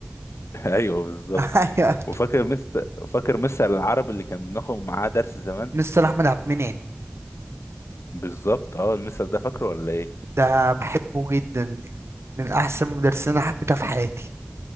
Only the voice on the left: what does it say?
<laughs> ايوه بالظبط
وفاكر مستر فاكر مستر العربي اللي كان بناخد معاه درس زمان
بالظبط اه المستر ده فاكره ولا ايه؟